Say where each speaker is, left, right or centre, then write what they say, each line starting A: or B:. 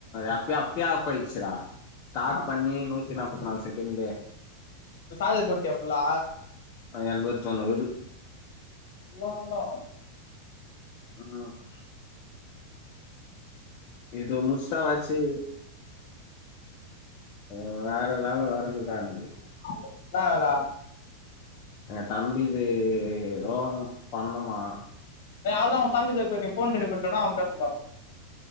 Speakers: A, on the left; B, on the left.
A: எப்பயு அப்பயே ஆஃப் ஆயிடுச்சிடா ஸ்டாட்
B: ஆ
A: பண்ணி நூத்தி நாப்பத்தி நாலு செகண்ட்லே
B: இப்ப சார்ஜர் போட்டியா ஃபுல்லா
A: எண்பத்தி ஒண்ணு இது
B: ஃபுல்லா ஆவுண்டா
A: ம் இதோ முஸ்டாலாச்சி எனக்கு வேற வேல வேறகீதுடா எனக்கு
B: என்னா வேல
A: எங்க தம்பிது எதோ பண்ணுமா
B: டேய் அவ்ளோதா ஒன் தம்பி கொஞ்சம் ஃபோன் பண்ணி குடுத்தன அவன் பேச போறான்